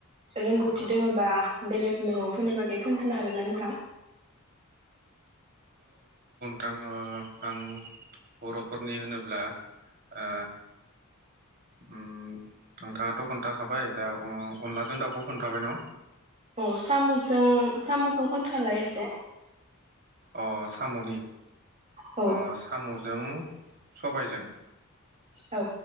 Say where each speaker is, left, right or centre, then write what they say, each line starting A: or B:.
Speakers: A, on the right (about 35°); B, on the right (about 50°).
A: रोंगौथि
B: उम
A: दोङोबा बेलेग मैगंफोरनि
B: उम
A: बागै खोन्थानो हागोन ना नोंथां?
B: आङो आं बर'फोरनि होनोब्ला ओ उम नोंथाङाथ' खोन्थाखाबाय दा उम अनलाजों दाउखौ खोन्थाबाय न'
A: अ सामुसजों सामुखौ खोनथालाय एसे
B: अ सामुनि
A: औ
B: ओ सामुजों सबायजों
A: औ